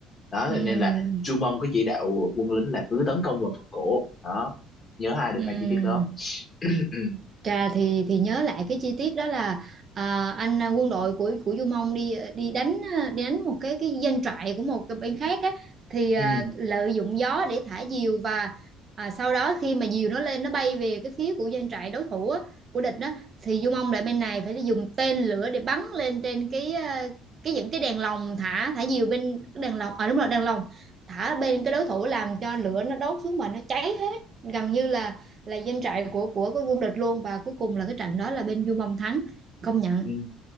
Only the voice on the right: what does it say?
ừ
ừ
Trà thì thì nhớ lại cái chi tiết đó là à, anh à, quân đội của của Du Mông đi ờ, đi đánh à, đi đánh một cái cái doanh trại của một cái bên khác á thì à,
lợi dụng gió để thả diều và à, sau đó khi mà diều nó lên nó bay về cái phía của doanh trại đối thủ á, của địch đó thì Du Mông lại bên này phải dùng tên lửa để bắn lên trên cái à, cái những cái đèn lồng thả thả diều bên cái đèn lồng à đúng rồi đèn lồng thả bên cái đối thủ làm cho lửa nó đốt xuống mà nó cháy hết gần như là là doanh trại của của cái quân địch luôn và cuối cùng là cái trận đó là bên Du Mông thắng công nhận